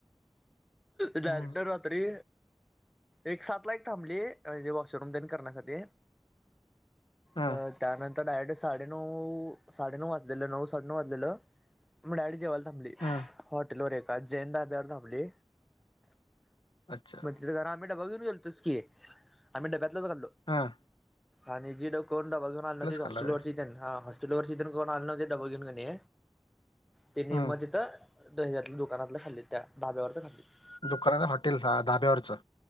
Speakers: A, in the centre; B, on the left.
A: डायरेक्ट
B: हम्म
A: रात्री एक सात ला एक थांबली म्हणजे वॉशरूम तेन करण्यासाठी
B: हा
A: अ त्यानंतर डायरेक्ट साडेनऊ.. साडेनऊ वाजलेलं नऊ साडे नऊ वाजलेलं मग डायरेक्ट जेवायला थांबली
B: हा
A: हॉटेल वर एका जैन ढाब्यावर थांबली
B: अच्छा
A: तीथ जरा आम्ही डब घेऊन गोलतोच कि आणि मी डब्यातलच खालो
B: हां
A: आणि जी ड कोण डबा घेऊन आली नव्हतीत हॉस्टेलवरची
B: खाल्ला व्हय
A: तेंना हॉस्टेलवरची तेंन कोण आलं नव्हते डब घेऊन कने त्याने
B: हम्म
A: म तिथ हेज्यातल्या दुकानातलं खाल्लीत त्या ढाब्यावरच खाल्लीत
B: दुकानाच हॉटेल हा धाब्यावरचं